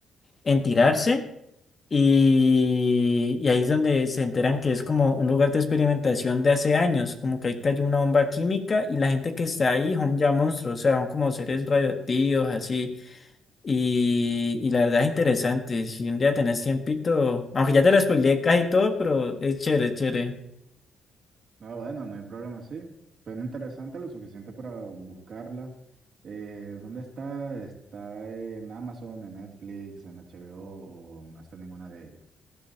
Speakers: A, on the left; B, on the right.
A: en tirarse y, y ahí es donde se enteran que es como un lugar de experimentación de hace años, como que ahí cayó una bomba química y la gente que está ahí son ya monstruos, o sea, son como seres radioactivos así. Y, y la verdad es interesante. Si un día tenés tiempito, aunque ya te lo spoileé casi todo, pero es chévere, es chévere.
B: No, bueno, no hay problema, sí. Suena interesante lo suficiente para buscarla. Eh, ¿dónde está? ¿Está en Amazon, en Netflix, en HBO o o no está en ninguna de ellas?